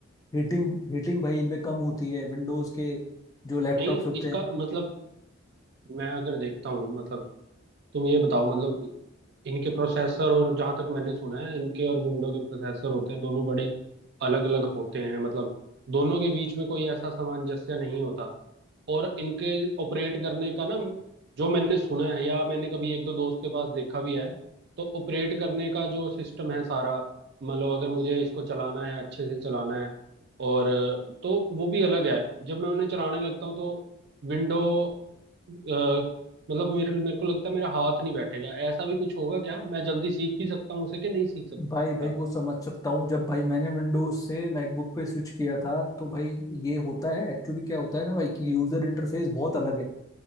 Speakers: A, on the left; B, on the right.
A: हीटिंग हीटिंग भाई इनमें कम होती है विंडोज के जो लैपटॉप्स
B: नहीं
A: होते
B: इसका
A: हैं
B: मतलब मैं अगर देखता हूँ मतलब तुम ये बताओ मतलब इनके प्रोसेसर और जहां तक मैंने सुना है इनके और विंडो के प्रोसेसर होते हैं दोनों बड़े अलग अलग होते हैं मतलब दोनों के बीच में कोई ऐसा सामंजस्य नहीं होता और इनके ऑपरेट करने का ना जो मैंने सुना है या मैंने कभी एक दो दोस्त के पास देखा भी है तो ऑपरेट करने का जो सिस्टम है सारा मतलब अगर मुझे इसको चलाना है अच्छे से चलाना है और अ, तो वो भी अलग है जब मैं उन्हें चलाने लगता हूँ तो विंडो मतलब मेरे मेरे को लगता है मेरा हाथ नहीं बैठेगा ऐसा भी कुछ होगा क्या मैं जल्दी सीख भी सकता हूँ उसे कि नहीं सीख सकता
A: भाई भाई वो समझ सकता हूँ जब भाई मैंने विंडोज से मैकबुक पे स्विच किया था तो भाई ये होता है एक्चुअली क्या होता है ना भाई कि यूजर इंटरफेस बहुत अलग है